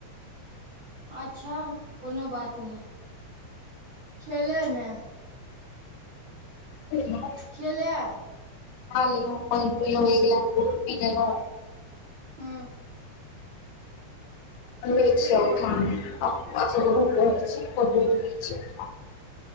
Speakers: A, on the right; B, on the left.
A: अच्छा कोनो बात नै खेले न
B: खेलौ
A: खेलेए
B: खा लेलौ पैन पीलो एक गिलास दूध पी लेलौ
A: हँ
B: आ
A: ठीके
B: लै छीयै
A: छै बढ़िआँ
B: हम खलै आ असगरो <unintelligible>